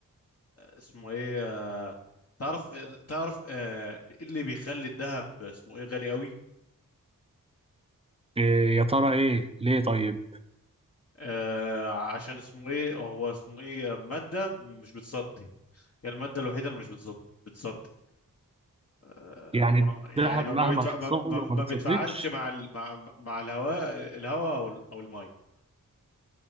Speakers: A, on the left; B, on the right.
A: اسمه ايه آه، تعرف تعرف آه، إيه اللي بيخلي الذهب اسمه ايه غالي قوي
B: إيه يا ترى إيه ليه طيب
A: آه عشان اسمه ايه هو اسمه ايه مادة مش بتصدي هي المادة الوحيدة اللي مش بتصدي بتصدي آه
B: يعني
A: ما يعني
B: الذهب
A: ما
B: مهما
A: ما, بيتفع
B: حصل
A: ما, ما
B: له
A: ما
B: ما بتصدقش
A: بيتفاعلش مع ال مع, مع الهواء الهواء او ال- أو المية